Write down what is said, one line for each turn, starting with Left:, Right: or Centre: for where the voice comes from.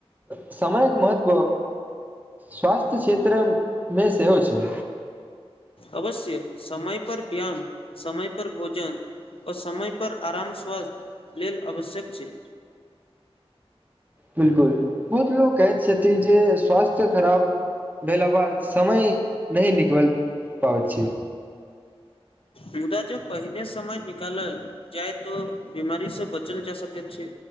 Right: समयक महत्व स्वास्थ्य क्षेत्रमे सेहो छै।
Left: अवश्य समय पर व्यायाम समय पर भोजन आ समय पर आराम स्वास्थ्य लेल आवश्यक छैय।
Right: बिलकुल बहुत लोक कहैत छथिन जे स्वास्थ्य खराब भेला बाद समय नहि निकलल पाबैत छी।
Left: मुदा जब पहिने समय निकालल जाय तो बीमारी से बचल जा सकैत छै।